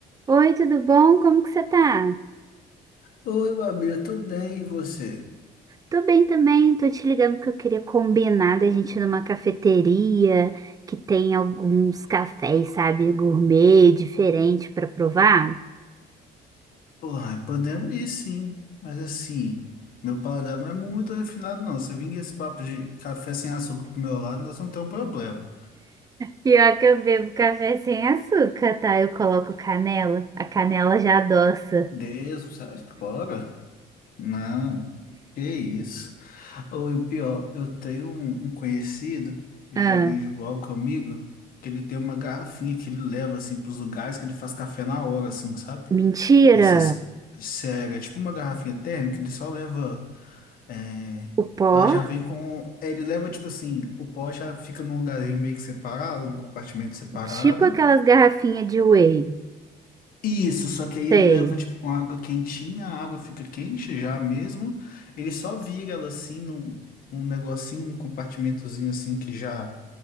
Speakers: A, on the right (about 20°); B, on the left (about 60°).
A: Oi, tudo bom? Como que você tá?
B: Oi, Babi, eu tô bem, e você?
A: Tô bem também, tô te ligando porque eu queria combinar da gente ir numa cafeteria que tem alguns cafés, sabe, gourmet, diferente pra provar.
B: Uai, podemos ir sim, mas assim, meu paladar não é muito refinado, não. Se eu vim com esse papo de café sem açúcar pro meu lado, nós não temos problema.
A: Pior que eu bebo café sem açúcar, tá? Eu coloco canela, a canela já adoça.
B: Deus, sai fora? Não, que isso. Ou e o pior, eu tenho um, um conhecido que
A: Ah,
B: joga handball comigo, que ele tem uma garrafinha que ele leva, assim, pros lugares que ele faz café na hora, assim, sabe?
A: mentira!
B: Esses, sério, é tipo uma garrafinha térmica, ele só leva. É,
A: O pó?
B: ela já vem com. Ele leva, tipo assim, o pó já fica num lugarzinho meio que separado, num compartimento separado.
A: Tipo aquelas garrafinhas de whey.
B: Isso, só que aí ele
A: Sei.
B: leva, tipo, com água quentinha, a água fica quente já mesmo. Ele só vira ela assim num, num negocinho, um compartimentozinho assim que já